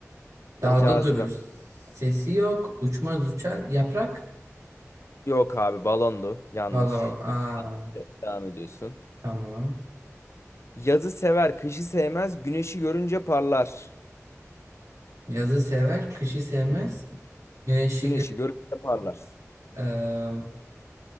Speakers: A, on the left; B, on the right.
A: Mecazi
B: Dalda durur.
A: bir...
B: Sesi yok. Uçmaz uçar. Yaprak.
A: Yok abi balondu. Yanlış.
B: Balon.
A: Yine
B: Aa,
A: devam ediyorsun.
B: tamam.
A: Yazı sever, kışı sevmez. Güneşi görünce parlar.
B: Yazı sever, kışı sevmez. Güneşi
A: Güneşi
B: gö
A: görünce parlar.
B: Eee,